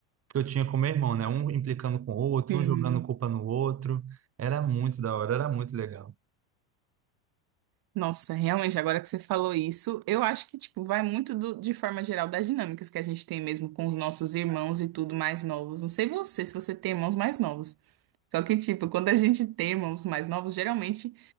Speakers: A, on the right; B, on the right.
A: que eu tinha com meu irmão, né? Um implicando com o outro,
B: sim.
A: um jogando culpa no outro. Era muito da hora, era muito legal.
B: Nossa, realmente, agora que você falou isso, eu acho que, tipo, vai muito do- de forma geral das dinâmicas que a gente tem mesmo com os nossos irmãos e tudo mais novos. Não sei você, se você tem irmãos mais novos. Só que, tipo, quando a gente tem irmãos mais novos, geralmente